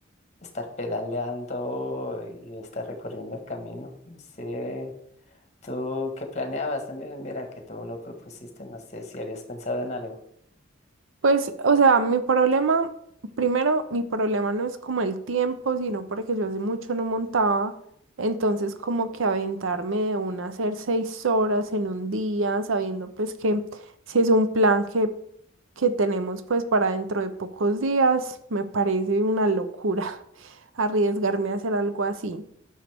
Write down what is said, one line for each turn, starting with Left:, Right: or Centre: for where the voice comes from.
Left: estar pedaleando y estar recorriendo el camino. No sé, ¿tú qué planeabas también? Mira, que tú lo propusiste, no sé si habías pensado en algo.
Right: Pues, o sea, mi problema, primero, mi problema no es como el tiempo, sino porque yo hace mucho no montaba, entonces como que aventarme de una a hacer seis horas en un día, sabiendo pues que si es un plan que, que tenemos pues para dentro de pocos días, me parece una locura <laughs> arriesgarme a hacer algo así.